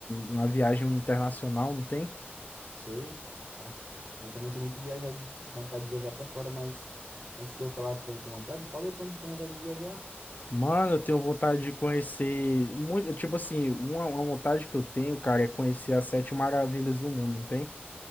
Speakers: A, on the left; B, on the right.
A: uma viagem internacional, não tem?
B: Sei, saco. Eu também tenho muito viajar de vontade de viajar pra fora, mas antes de eu falar pra onde tem vontade, falei pra onde tem vontade de viajar.
A: Mano, eu tenho vontade de conhecer muito, tipo assim, uma, uma vontade que eu tenho, cara, é conhecer as sete maravilhas do mundo, não tem?